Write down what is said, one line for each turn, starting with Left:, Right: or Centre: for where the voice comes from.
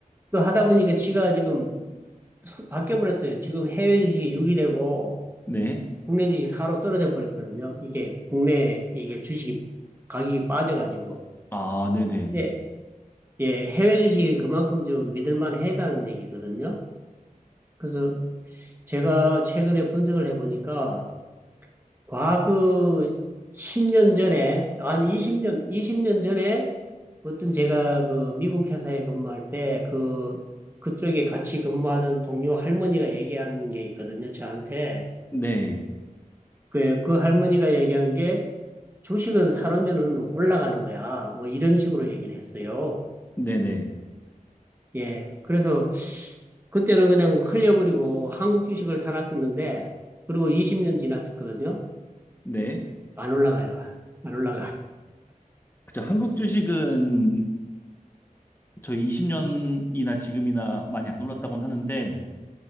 Right: 그 하다 보니까 지가 지금 바뀌어 버렸어요. 지금 해외 주식이 6이 되고
Left: 네.
Right: 국내 주식이 4로 떨어져 버렸거든요. 이게 국내 이게 주식이 가격이 빠져가지고.
Left: 아, 네네,
Right: 근데 예, 해외 주식이 그만큼 좀 믿을 만하다는 얘기거든요. 그래서 제가 최근에 분석을 해보니까 과거 10년 전에, 한 20년, 20년 전에 어떤 제가 그 미국 회사에 근무할 때 그, 그쪽에 같이 근무하던 동료 할머니가 얘기한 게 있거든요, 저한테.
Left: 네,
Right: 그, 그 할머니가 얘기한 게 주식은 사놓으면은 올라가는 거야. 뭐 이런 식으로 얘기를 했어요.
Left: 네 네, 네.
Right: 예. 그래서 그때는 그냥 흘려버리고 한국 주식을 사놨었는데, 그리고 20년 지났었거든요.
Left: 네, 네.
Right: 안 올라가요. 안 올라가.
Left: 그죠. 한국 주식은 저희 20년이나 지금이나 많이 안 올랐다고는 하는데